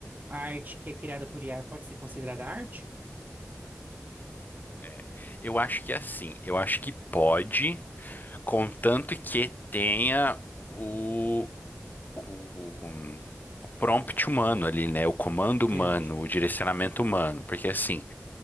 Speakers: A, on the right; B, on the left.
A: A arte que é criada por IA pode ser considerada arte?
B: É, eu acho que é assim, eu acho que pode, contanto que tenha o, o, o prompt humano ali, né? O comando
A: Entende?
B: humano, o direcionamento
A: Aham,
B: humano. Porque assim,